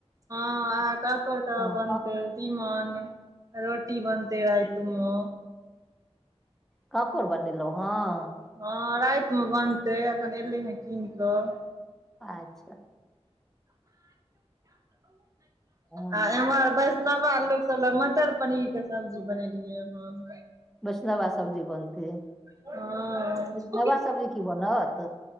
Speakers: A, on the right; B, in the centre.
A: हँ अहाँ कांकौर
B: हँ
A: बनते
B: काकोर
A: तिमन रोटी बनते राइत म
B: कांकौर बनेलहुँ हॅ
A: हँ रातिमे बनतै एखन एलै हे कीन कऽ
B: अच्छा हँ
A: आ एम्हर बैस इतना बार लोक सब ल मटर पनीर के सब्जी बनेलियए हन
B: वैष्णवा सब्जी बनतै
A: हँ
B: वैष्णवा सब्जी की बनत